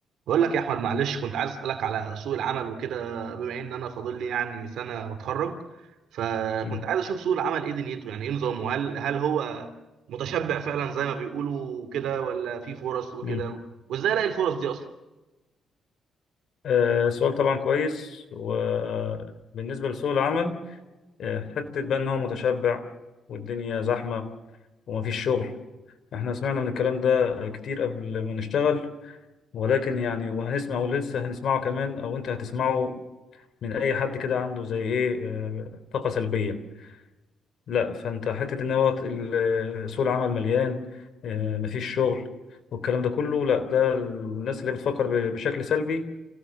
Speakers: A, on the right (about 80°); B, on the left (about 65°).
A: بقول لك يا احمد معلش كنت عايز اسالك على سوق العمل وكده بما ان انا فاضل لي يعني سنه واتخرج فكنت
B: مم.
A: عايز اشوف سوق العمل ايه دنيته يعني ايه نظامه هل هل هو متشبع فعلا زي ما بيقولوا كده ولا في فرص وكده
B: مم.
A: وازاي الاقي الفرص دي اصلا
B: آه، سؤال طبعا كويس وبالنسبة لسوق العمل آه، حتة بقى إن هو متشبع والدنيا زحمة ومفيش شغل إحنا سمعنا من الكلام ده كتير قبل ما نشتغل ولكن يعني وهنسمع ولسه هنسمعه كمان أو أنت هتسمعه من أي حد كده عنده زي إيه آه، طاقة سلبية لا فأنت حتة إن هو ال- آه، سوق العمل مليان آه، مفيش شغل والكلام ده كله لا ده الناس اللي بتفكر ب- بشكل سلبي